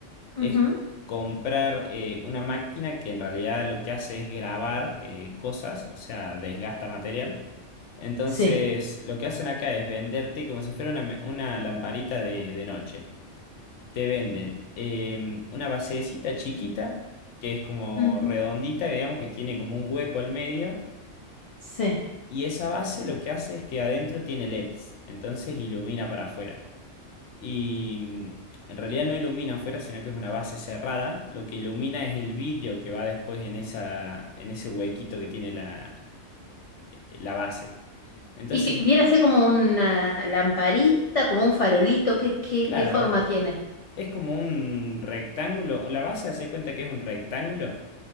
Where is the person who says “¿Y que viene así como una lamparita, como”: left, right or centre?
Left